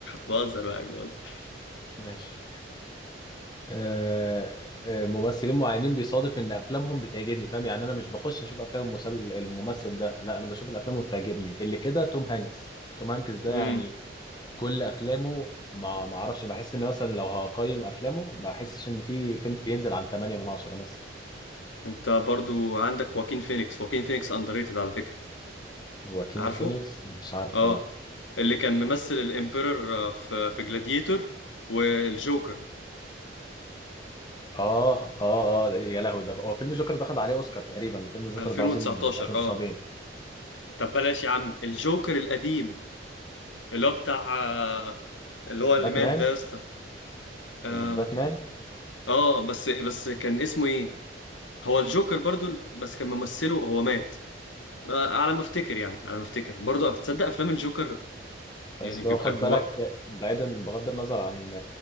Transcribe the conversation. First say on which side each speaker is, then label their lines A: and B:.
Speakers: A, on the left (about 90°); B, on the left (about 20°).
A: بهزر معاك بهزر
B: <laughs> ماشي آه، آه، ممثلين معينين بيصادف ان افلامهم بتعجبني فاهم يعني انا مش بخش اشوف افلام المسل... الممثل ده لا انا بشوف الافلام اللي بتعجبني اللي كده توم هانكس توم هانكس ده
A: امم
B: يعني كل افلامه ما ما اعرفش بحس ان مثلا لو هقيم افلامه ما بحسش ان في فيلم بينزل عن 8 من 10 مثلا
A: انت برضو عندك واكين فينيكس واكين فينيكس اندريتد على فكره
B: <laughs> واكين
A: عارفه
B: فينيكس مش عارفه
A: اه
B: لا
A: اللي كان ممثل الامبيرور آه، في في جلاديتور والجوكر
B: اه اه اه يا لهوي ده هو فيلم جوكر ده خد عليه اوسكار تقريبا فيلم جوكر
A: 2019
B: ده عظيم بشكل مش
A: اه
B: طبيعي
A: طب بلاش يا عم الجوكر القديم اللي هو بتاع آه، اللي هو اللي
B: باتمان
A: مات ده يا اسطى آم،
B: اللي في باتمان
A: اه بس بس كان اسمه ايه هو الجوكر برضو بس كان ممثله هو مات آه، على ما افتكر يعني على ما افتكر برضو تصدق افلام الجوكر
B: بس
A: يعني بيبقى
B: لو خد
A: جواء
B: بالك بعيدا بغض النظر عن